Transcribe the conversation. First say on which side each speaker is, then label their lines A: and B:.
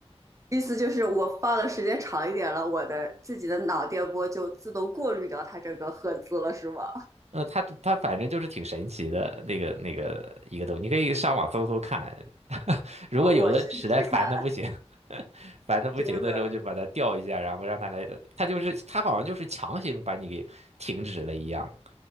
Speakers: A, on the right; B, on the right.
A: 意思就是我放的时间长一点了，我的自己的脑电波就自动过滤掉它这个赫兹了，是吗？
B: 嗯，它它反正就是挺神奇的那个那个一个东西，你可以上网搜搜看。<laughs> 如果有的实在烦的不行，
A: 啊，我去试试看，
B: <laughs> 烦的不行的时候，
A: 真的。
B: 就把它调一下，然后让它来，它就是它好像就是强行把你给停止了一样，